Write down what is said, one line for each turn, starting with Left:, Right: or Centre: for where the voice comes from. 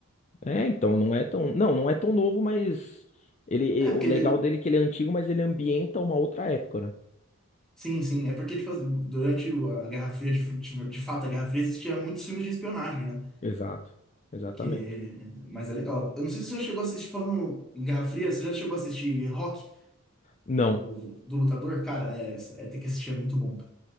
Left: É, então, não é tão, não, não é tão novo, mas ele,
Centre: É,
Left: e- o
Centre: porque...
Left: legal dele é que ele é antigo, mas ele ambienta uma outra época, né?
Centre: Sim, sim. É porque, tipo, assim, durante a Guerra Fria, de, de, de fato, a Guerra Fria existia muitos filmes de espionagem, né?
Left: Exato, exatamente.
Centre: Que... Mas é legal. Eu não sei se você já chegou a assistir, falando em Guerra Fria, você já chegou a assistir Rock,
Left: Não.
Centre: o- do lutador? Cara, é, é- tem que assistir, é muito bom, cara.